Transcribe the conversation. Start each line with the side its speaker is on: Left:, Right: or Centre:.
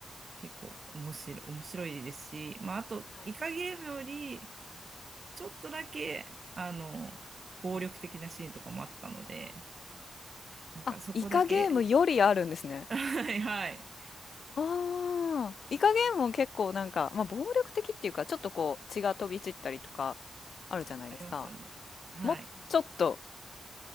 Right: 結構面白い、面白いですし、まあ、あと、
Left: はい。
Right: イカゲームより、ちょっとだけ、あの、暴力的なシーンとかもあったので、
Left: うん。
Right: なんかそこだけ、
Left: あ、イカゲームよりあるんですね。
Right: <laughs> はいはい、
Left: ああ、イカゲームも結構なんか、まあ、暴力的っていうか、ちょっとこう血が飛び散ったりとかあるじゃないですか。
Right: ありますよね。はい。
Left: もうちょっと、